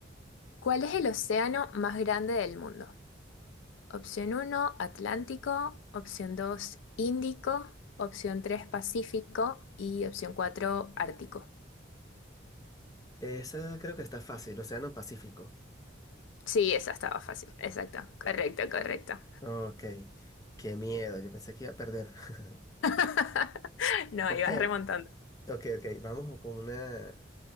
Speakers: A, on the left (about 85°); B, on the left (about 20°).
A: ¿Cuál es el océano más grande del mundo? Opción uno, Atlántico. Opción 2, Índico. Opción 3, Pacífico. Y opción 4, Ártico.
B: Esa creo que está fácil, Océano Pacífico.
A: Sí, esa estaba fácil. Exacto. Correcto, correcto.
B: Ok, qué miedo, yo pensé que iba a perder. <laughs>
A: <laughs> No,
B: Ok,
A: ibas remontando.
B: ok, ok, vamos con una